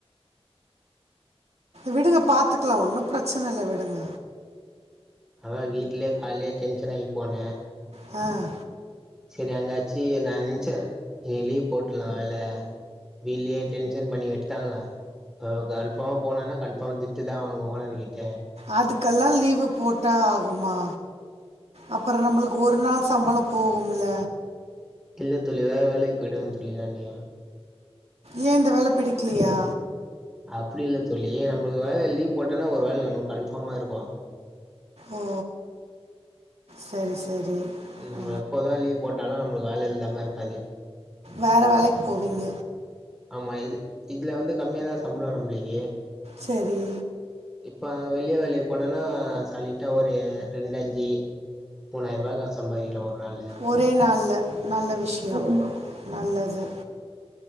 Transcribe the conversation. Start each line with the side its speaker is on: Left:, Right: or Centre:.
Right: விடுங்க பார்த்துக்கலா ஒன்னு பிரச்சனை இல்ல விடுங்க
Centre: அதா வீட்லேயே கால்லியே டென்ஷன் ஆய் போனே
Right: அ
Centre: சரி அங்காச்சி நா நென்ச்ச இன்னேகு லீவு போட்டுட்லா வேல வீட்லேயே டென்ஷன் பண்ணியாட் டாங்க அ கன்ஃபார்மா போனா கன்ஃபார்மா திட்டுதா வாங்குவோ ஓனர்கிட்ட
Right: அதுக்கெல்லா லீவ் போட்டா ஆகுமா அப்றோ நமக்கு ஒரு நாள் சம்பளோ போகும்ல
Centre: இல்ல தோழி வேற வேலைக்கு போயிடுவே தோழி நானு
Right: ஏ இந்த வேலை பிடிக்கலையா
Centre: அப்டி இல்ல தோழி நம்பளுக்கு வேளை லீவ் போட்டன்னா ஒருவேளை நம்பளுக்கு கன்ஃபார்மா இருக்கும்
Right: ஓ சரி சரி
Centre: நம்ம
Right: ஆ,
Centre: எப்போதா லீவ் போட்டாலு நம்மளுக்கு வேல இல்லாமல் இருக்காது
Right: வேற வேலைக்கு போவீங்க
Centre: ஆமா இது இதுல வந்து கம்மியாதா சம்பளோ நம்ளுக்கே
Right: சரி
Centre: இப்போ வெளியே வேலைக்கு போனேன்னா சாலிட்டா ஒரு ரெண்டஞ்சு மூணாயிரூபா காஸ் சம்பாரிக்கலா ஒரு நாள்ள
Right: ஒரே நாள்ல நல்ல விஷ்யோ நல்லது